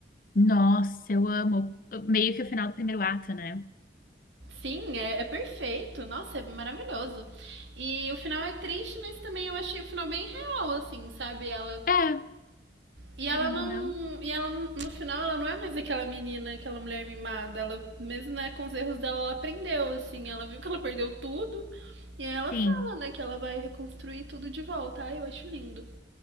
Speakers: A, on the left; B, on the right.
A: Nossa, eu amo. Meio que o final do primeiro ato, né?
B: Sim, é, é perfeito. Nossa, é maravilhoso. E o final é triste, mas também eu achei o final bem real, assim, sabe? Ela
A: É,
B: e ela
A: querendo
B: não.
A: ou não.
B: E ela, no final, ela não é mais aquela menina, aquela mulher mimada. Ela, mesmo né, com os erros dela, ela aprendeu, assim. Ela viu que ela perdeu tudo. E aí ela fala,
A: Sim,
B: né, que ela vai reconstruir tudo de volta. Ai, eu acho lindo.